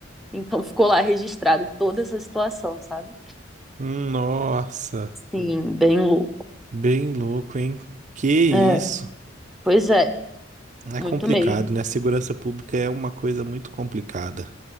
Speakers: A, in the centre; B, on the right.
A: Então ficou lá registrado toda essa situação, sabe?
B: Hum, Nossa,
A: Sim, bem louco.
B: bem louco, hein? Que isso?
A: É, pois é,
B: É
A: muito
B: complicado,
A: mesmo.
B: né? A segurança pública é uma coisa muito complicada.